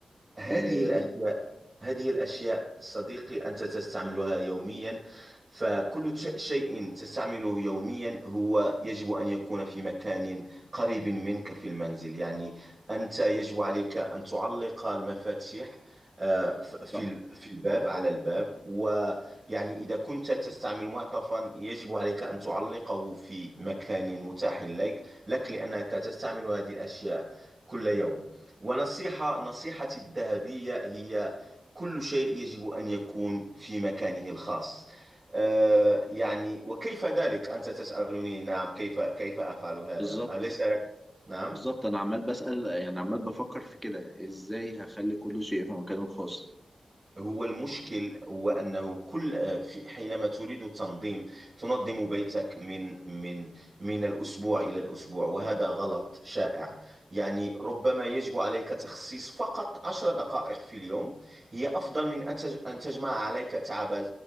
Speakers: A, on the right; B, in the centre.
A: هذه
B: آه،
A: الأشياء هذه الأشياء صديقي أنت تستعملها يوميا فكل ش- شيء تستعمله يوميا هو يجب أن يكون في مكان قريب منك في المنزل يعني أنت يجب عليك أن تعلق المفاتيح آه، ف- في
B: صح
A: ال- في الباب على الباب ويعني إذا كنت تستعمل معطفا يجب عليك أن تعلقه في مكان متاح لك لك لأنك تستعمل هذه الأشياء كل يوم ونصيحة نصيحتي الذهبية هي كل شيء يجب أن يكون في مكانه الخاص آه يعني وكيف ذلك أنت تسألني نعم كيف كيف أفعل هذا
B: بالظبط
A: أليس هذا- نعم
B: بالظبط أنا عمال بسأل يعني عمال بفكر في كده إزاي هخلي كل شيء في مكانه الخاص
A: هو المشكل هو أنه كل آه، في- حينما تريد التنظيم تنظم بيتك من من من الأسبوع إلى الأسبوع وهذا غلط شائع يعني ربما يجب عليك تخصيص فقط عشر دقائق في اليوم هي أفضل من أن تج- أن تجمع عليك تعب آه،